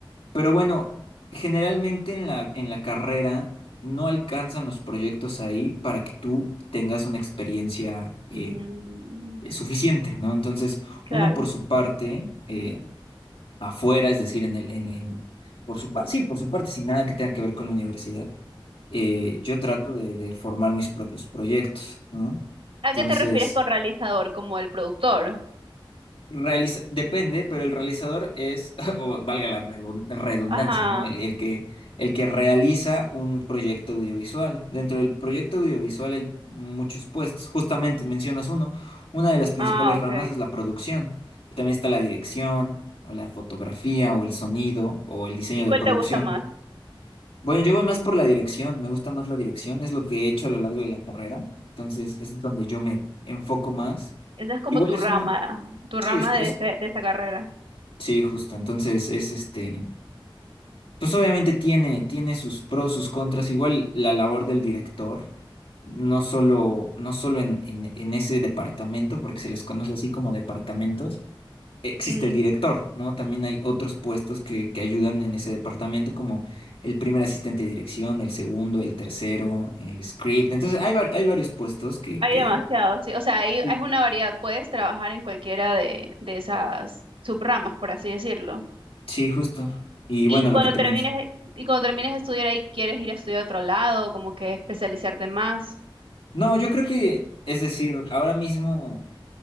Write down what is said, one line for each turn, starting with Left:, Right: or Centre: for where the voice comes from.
Left: Pero bueno, generalmente en la, en la carrera no alcanzan los proyectos ahí para que tú tengas una experiencia eh,
Right: mm,
Left: eh, suficiente, ¿no? Entonces,
Right: claro.
Left: uno por su parte, eh, afuera, es decir, en el, en, en- por su parte, sí, por su parte, sin nada que tenga que ver con la universidad, eh, yo trato de, de formar mis propios proyectos, ¿no?
Right: ¿A
Left: Entonces,
Right: qué te refieres con realizador? ¿Como el productor?
Left: Realiza- depende, pero el realizador es, <laughs> o valga la redu- redundancia,
Right: Ajá.
Left: ¿no? El, el que, el que realiza un proyecto audiovisual. Dentro del proyecto audiovisual hay muchos puestos. Justamente mencionas uno. Una de las principales
Right: Ah, ok.
Left: ramas es la producción. También está la dirección, o la fotografía, o el sonido, o el diseño
Right: ¿Y
Left: de
Right: cuál
Left: producción.
Right: te gusta más?
Left: Bueno, yo voy más por la dirección. Me gusta más la dirección. Es lo que he hecho a lo largo de la carrera. Entonces, es donde yo me enfoco más.
Right: Esa es como
Left: Igual
Right: tu
Left: es
Right: rama,
Left: uno.
Right: tu
Left: Sí,
Right: rama
Left: es, es
Right: de, ese, de esa carrera.
Left: Sí, justo. Entonces es este, pues obviamente tiene, tiene sus pros, sus contras. Igual la labor del director, no solo, no solo en, en, en ese departamento, porque se les conoce así como departamentos, existe
Right: Mm,
Left: el director, ¿no? También hay otros puestos que, que ayudan en ese departamento, como el primer asistente de dirección, el segundo, el tercero, el script. Entonces hay, var- hay varios puestos que,
Right: hay
Left: que,
Right: demasiados, sí. O sea, hay,
Left: sí,
Right: es una variedad. Puedes trabajar en cualquiera de, de esas subramas, por así decirlo.
Left: sí, justo. Y
Right: Y
Left: bueno,
Right: cuando
Left: lo que te
Right: termines,
Left: mencioné.
Right: y cuando termines de estudiar ahí, ¿quieres ir a estudiar a otro lado? Como que especializarte más,
Left: No, yo creo que, es decir, ahora mismo.